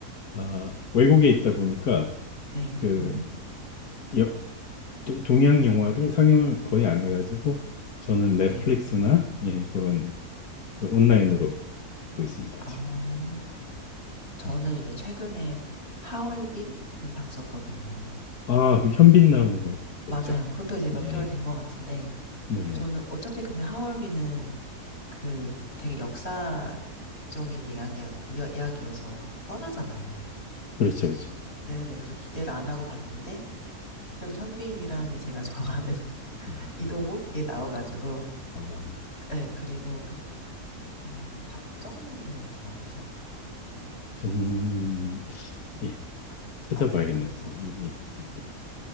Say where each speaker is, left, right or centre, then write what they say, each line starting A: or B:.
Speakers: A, on the left; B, on the left.
A: 아, 외국에 있다 보니까
B: 네.
A: 그
B: 음,
A: 여- 동- 동양 영화를 상영을 거의 안 해가지고 저는 넷플릭스나
B: 네.
A: 예, 그런 그 온라인으로 보고 있습니다
B: 아.
A: 지금.
B: 저는
A: 음.
B: 이제 최근에 하얼빈을 봤었거든요.
A: 아, 그 현빈 나오는 거겠죠.
B: 맞아요. 그것도 이제 몇
A: 예,
B: 개월
A: 예.
B: 된 것 같은데,
A: 네네.
B: 저는 어차피 근데 하얼빈은 그 되게 역사적인 이야기야, 이야- 이야기여서 뻔하잖아요.
A: 그렇죠, 그렇죠.
B: 네네. 그래서 기대를 안 하고 봤는데, 그래도 현빈이랑 이제 제가 좋아하는 <laughs>
A: 음.
B: 이동욱이 나와가지고,
A: 아,
B: 네, 그리고 그, 어, 박정현이었나요 혹시 아세요? 박, 음,
A: 저는 예, 찾아봐야겠네요.
B: 아, 잘 모르세요.
A: 저는 모르겠습니다. 예.